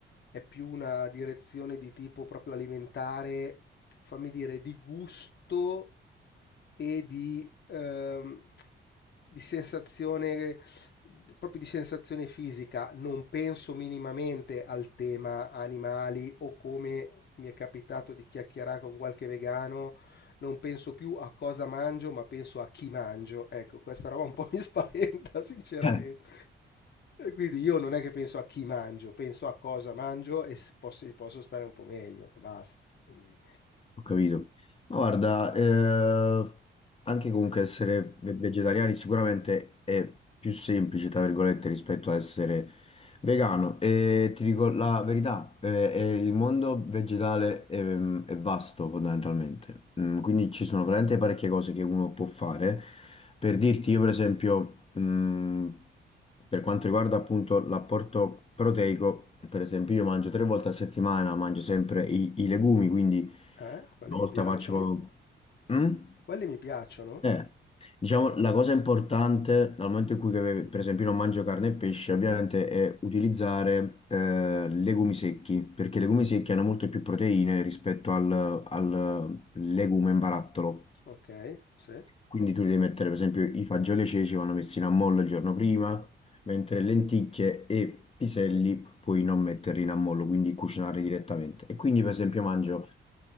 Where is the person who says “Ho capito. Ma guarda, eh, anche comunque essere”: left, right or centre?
Left